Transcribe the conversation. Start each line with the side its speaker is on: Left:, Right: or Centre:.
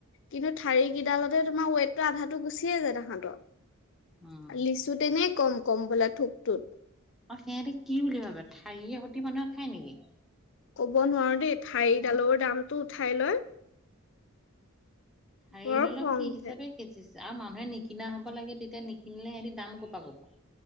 Left: কিন্তু ঠাৰি কেইডালতে তোমাৰ ৱেটটো আধাটো গুচিয়েই যায় তাহাঁতৰ।
Centre: উম
Left: লিচুতে নে কম কম বোলা থোকটোত।
Centre: অ সিহঁতে কি বুলি ভাবে ঠাৰিৰে সৈতি মানুহে খায় নেকি?
Left: কব নোৱাৰো দেই। ঠাৰিডালৰ
Centre: হা
Left: দামটো উঠাই লয়।
Centre: ঠাৰি
Left: বৰ
Centre: ডালৰ
Left: খং
Centre: কি
Left: উঠে
Centre: হিচাপে কেজি আৰু মানুহে নিকিনা হব লাগে তেতিয়া নিকিনিলে সিহঁতি দাম কপা কব।